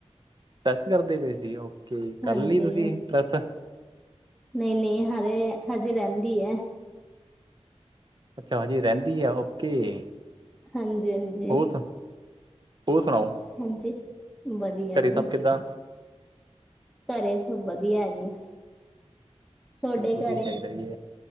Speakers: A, on the right; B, in the centre.
A: ਪ੍ਰੈੱਸ ਕਰਦੇ ਪਏ ਸੀ, ਓਕੇ ਕਰ
B: ਹਾਂਜੀ
A: ਲਈ ਤੁਸੀਂ ਪ੍ਰੈੱਸ?
B: ਨਈ-ਨਈਂ ਹਲੇ, ਹਜੇ ਰੈਂਦੀ ਐ।
A: ਅੱਛਾ, ਅਜੇ ਰੈਂਦੀ ਐ, ਓਕੇ।
B: ਹਾਂਜੀ-ਹਾਂਜੀ।
A: ਹੋਰ ਸੁ, ਹੋਰ ਸੁਣਾਓ।
B: ਹਾਂਜੀ, ਵਧੀਆ
A: ਘਰੇ
B: ਜੀ।
A: ਸਭ ਕਿੱਦਾਂ
B: ਘਰੇ ਸਭ ਵਧੀਆ ਜੀ। ਤੁਹਾਡੇ
A: ਚਲੋ ਵਧੀਆ
B: ਘਰੇ
A: ਈ ਚਾਈਦਾ ਜੀ,